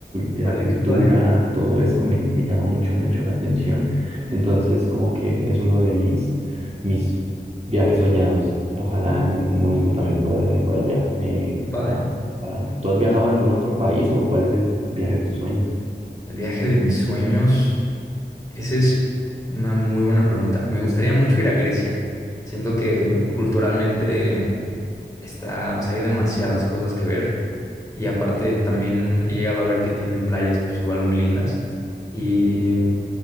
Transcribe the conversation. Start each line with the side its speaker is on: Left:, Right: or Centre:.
Right: esa
Left: Órale,
Right: cultura,
Left: qué padre,
Right: todo eso me, me llama mucho, mucho la atención. Entonces, como que es uno de mis, mis viajes soñados. Ojalá en algún momento también pueda hacerlo por allá, eh,
Left: qué padre.
Right: para- ¿Tú has viajado a algún otro país o cuál es el viaje de tus sueños?
Left: El viaje de mis sueños, esa es una muy buena pregunta. Me gustaría mucho ir a Grecia. Siento que culturalmente está, o sea, hay demasiadas cosas que ver. Y aparte también he llegado a ver que tienen playas pues igual muy lindas. Y